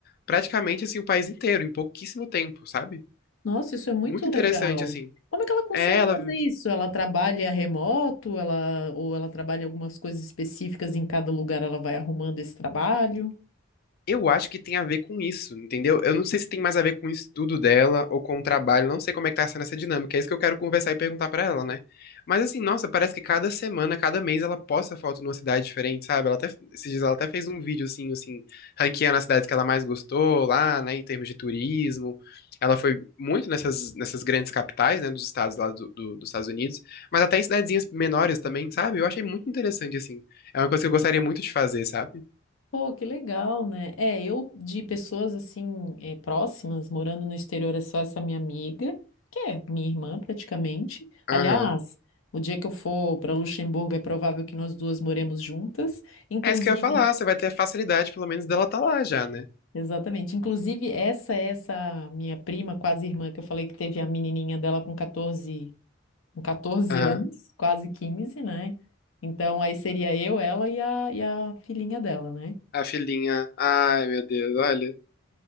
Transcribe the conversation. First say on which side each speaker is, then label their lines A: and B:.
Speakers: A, on the left; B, on the left.
A: praticamente, assim, o país inteiro, em pouquíssimo tempo, sabe?
B: Nossa, isso é muito
A: Muito interessante,
B: legal.
A: assim.
B: Como é que ela consegue
A: É, ela
B: fazer isso? Ela trabalha remoto, ela, ou ela trabalha algumas coisas específicas em cada lugar, ela vai arrumando esse trabalho?
A: Eu acho que tem a ver com isso, entendeu? Eu não sei se tem mais a ver com o estudo dela ou com o trabalho, não sei como é que tá sendo essa dinâmica, é isso que eu quero conversar e perguntar pra ela, né? Mas assim, nossa, parece que cada semana, cada mês ela posta foto numa cidade diferente, sabe? Ela até, esses dias ela até fez um vídeo assim, assim, ranqueando as cidades que ela mais gostou lá, né, em termos de turismo. Ela foi muito nessas, nessas grandes capitais, né, dos estados lá do, do- dos Estados Unidos, mas até em cidadezinhas menores também, sabe? Eu achei muito interessante, assim. É uma coisa que eu gostaria muito de fazer, sabe?
B: Pô, que legal, né? É, eu de pessoas assim eh, próximas, morando no exterior, é só essa minha amiga, que é minha irmã praticamente.
A: Aham.
B: Aliás, o dia que eu for para Luxemburgo é provável que nós duas moremos juntas. Inclusive,
A: É isso que eu ia falar, você vai ter a facilidade, pelo menos, dela tá lá já, né?
B: exatamente, inclusive essa é essa minha prima, quase irmã, que eu falei que teve a menininha dela com 14, com 14
A: Aham.
B: anos, quase 15 né? Então aí seria eu, ela e a, e a filhinha dela, né?
A: A filhinha. Ai, meu Deus, olha.